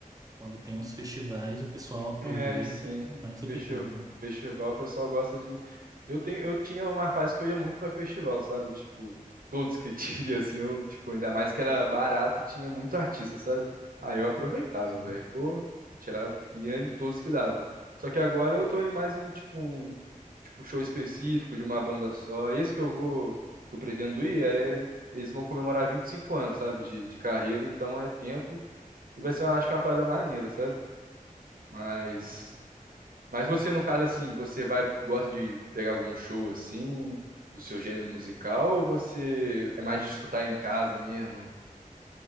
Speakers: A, on the right (about 25°); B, on the right (about 90°).
A: Quando tem uns festivais, o pessoal aproveita
B: É, sim.
A: mais do
B: Festival,
A: que tudo.
B: festival, o pessoal gosta de. Eu tenho, eu tinha uma fase que eu ia muito pra festival, sabe? Tipo, todos que <laughs> tinha, assim, eu, tipo, ainda mais que era barato e tinha muito artista, sabe? Aí eu aproveitava,
A: Sim.
B: velho. Pô, eu tirava, ia em todos que dava. Só que agora eu tô indo mais em, tipo, um, tipo, show específico de uma banda só. Esse que eu vou, que eu pretendo ir, é. Eles vão comemorar 25 anos, sabe? De, de carreira, então é tempo. E vai ser, eu acho que é uma parada maneira, sabe? Mas.
A: Ah,
B: Mas você, no caso, assim, você vai, gosta de pegar algum show assim, do seu gênero musical, ou você é mais de escutar em casa mesmo?